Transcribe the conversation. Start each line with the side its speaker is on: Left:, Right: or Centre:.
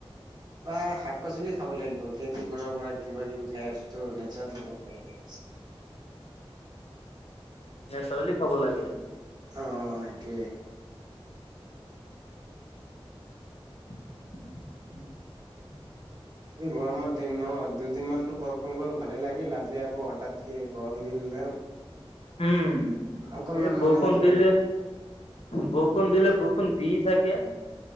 Right: বা শাক পাচলি খাব লাগিব কেইদিনমানৰ পৰা কিবা কিবি খাই আছোঁতো নেচাৰেল কিবা খাব লাগিব আজি।
Left: নেচাৰিলি খাব লাগে।
Right: অ' সেইটোয়ে।
Left: <inaudible>
Right: এই গৰমৰ দিনত দুদিনমানো বৰষুণ গ'ল ভালে লাগিল আজি আকৌ হঠাৎ কে গৰম দি দিলে,
Left: উম,
Right: অকনমান
Left: এই বৰষুণ
Right: মানে আৰু
Left: দিলে বৰষুণ দিলে বৰষুণ দি থাকে,